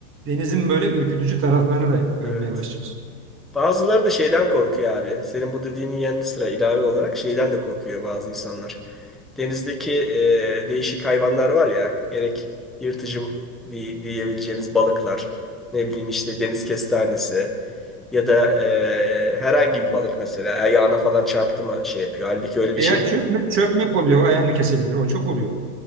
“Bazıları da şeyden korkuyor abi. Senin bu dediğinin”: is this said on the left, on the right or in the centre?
Centre